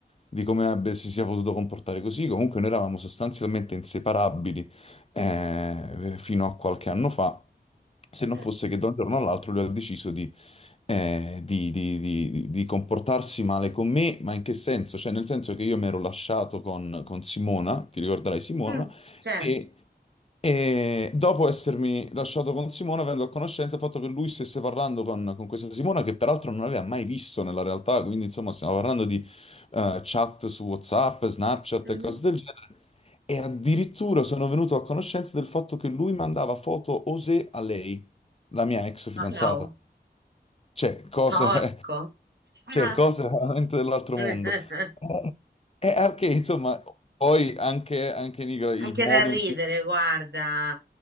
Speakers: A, on the left; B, on the right.
A: di come abbia- si sia potuto comportare così. Comunque noi eravamo sostanzialmente inseparabili eh, fino a qualche anno fa, se non
B: Eh.
A: fosse che da un giorno all'altro lui ha deciso di, eh, di- di- di- di- di comportarsi male con me, ma in che senso? Cioè nel senso che io mi ero lasciato con, con Simona, ti ricorderai Simona,
B: Mh, certo.
A: e... E dopo essermi lasciato con Simona, vengo a conoscenza del fatto che lui stesse parlando con, con questa Simona, che peraltro non aveva mai visto nella realtà, quindi insomma stiamo parlando di eh, chat su WhatsApp, Snapchat
B: Mh-mh.
A: e cose del genere. E addirittura sono venuto a conoscenza del fatto che lui mandava foto osè a lei, la mia ex fidanzata.
B: Wow,
A: Cioè, cose,
B: porco.
A: <laughs>
B: Ah.
A: cioè, cose veramente dell'altro
B: <laughs>
A: mondo. Eh, E perché, insomma, poi anche, anche in Igra- il
B: Anche
A: modo
B: da ridere,
A: in cui...
B: guarda,